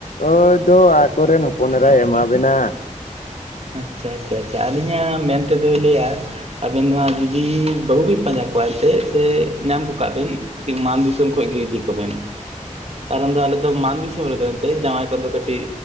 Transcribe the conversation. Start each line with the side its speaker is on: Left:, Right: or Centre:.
Left: ᱚᱳᱭ ᱫᱚ ᱟᱠᱚᱨᱮᱱ ᱦᱚᱯᱚᱱ ᱮᱨᱟᱭ ᱮᱢᱟᱵᱮᱱᱟ
Right: ᱟᱪᱪᱷᱟ ᱟᱪᱪᱷᱟ ᱟᱹᱞᱤᱧᱟᱜ ᱢᱮᱱ ᱛᱮᱫᱚᱭ ᱞᱟᱹᱭᱟ। ᱟᱵᱮᱱ ᱱᱚᱣᱟ ᱡᱩᱫᱤ ᱵᱟᱹᱦᱩ ᱵᱮᱱ ᱯᱟᱸᱡᱟ ᱠᱚᱣᱟ ᱮᱱᱛᱮᱫ ᱥᱮ ᱧᱟᱢ ᱠᱚ ᱠᱟᱜ ᱵᱮᱱ ᱠᱟᱹᱴᱤᱡ ᱢᱟᱱ ᱫᱤᱥᱚᱢ ᱠᱷᱚᱱ ᱜᱮ ᱤᱫᱤ ᱠᱚᱵᱮᱱ ᱠᱟᱨᱚᱱ ᱫᱚ ᱟᱞᱮ ᱟ ᱢᱟᱱ ᱫᱤᱥᱚᱢ ᱨᱮᱫᱚ ᱮᱱᱛᱮ ᱡᱟᱶᱟᱭ ᱠᱚᱫᱚ ᱠᱟᱹᱴᱤᱡ